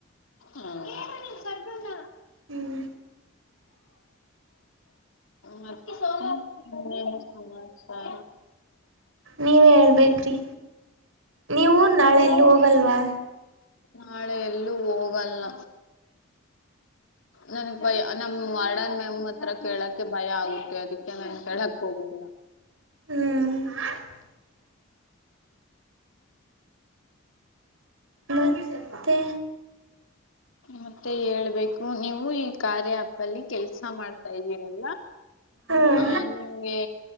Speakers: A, on the left; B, on the right.
A: ಹ್ಮ್
B: ಹ್ಮ್
A: ಮತ್ತೆ ಏನ್ ಸಮಾಚಾರ
B: ನೀವೇ ಹೇಳ್ಬೇಕ್ರಿ ನೀವು ನಾಳೆ
A: ನೀವು
B: ಯಲ್ಲೂ ಹೋಗಲ್ವಾ
A: ನಾಳೆ ಎಲ್ಲೂ ಹೋಗಲ್ಲ ನನ್ಗ್ ಭಯ ನಮ್ಮ ಮಾಡನ್ ನಮ್ಮ ಹತ್ರ ಕೇಳಕ್ಕೆ ಭಯ ಆಗುತ್ತೆ ಅದಕ್ಕೆ ನನ್ ಕೇಳಕ್ ಹೋಗಿಲ್ಲ
B: ಹ್ಮ್ ಮತ್ತೆ
A: ಮತ್ತೆ ಹೇಳ್ಬೇಕು ನೀವು ಈ ಕಾರ್ಯ ಆಪ್ ದಲ್ಲಿ ಕೆಲ್ಸ ಮಾಡ್ತಾ ಇದ್ದೀರಲ್ಲ
B: ಹ್ಮ್
A: ಹಾ ನಿಮ್ಗೆ